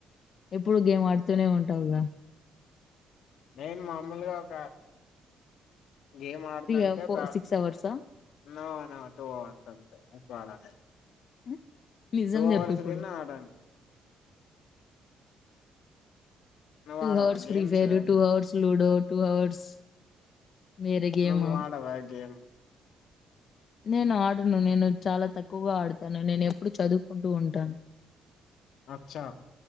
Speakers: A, on the left; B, on the left.
A: ఎప్పుడు గేమ్ ఆడుతూనే ఉ టావుగా
B: నేన్ మామూలుగా ఒక గేమ్ అడ్తంటే
A: అ ఫో
B: ఒక,
A: అవర్సా?
B: నో నో టూ అవర్స్ అంతే. వాలదే
A: హ్మ్. నిజం
B: టూ అవర్స్
A: జెప్పు ఇప్పుడు.
B: గిన ఆడన్ నువ్వు
A: టూ
B: ఆడవా
A: hours free
B: games
A: fire, two hours ludo, two hours వేరే గేము.
B: నువ్ ఆడవ గేమ్?
A: నేను ఆడను, నేను చాలా తక్కువగా ఆడతాను. నేను ఎప్పుడూ చదువుకుంటూ ఉంటాన్.
B: అచ్చా